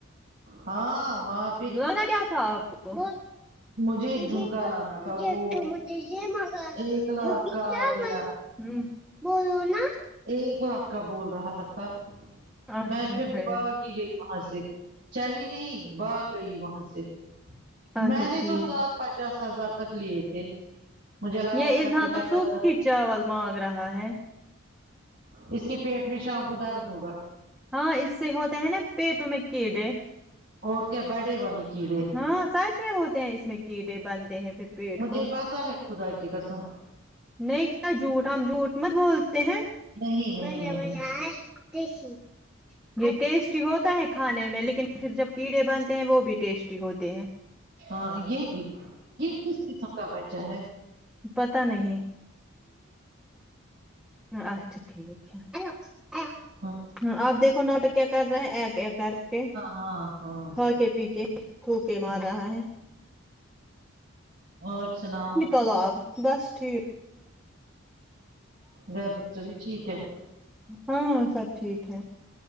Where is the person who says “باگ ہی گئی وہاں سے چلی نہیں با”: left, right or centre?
Right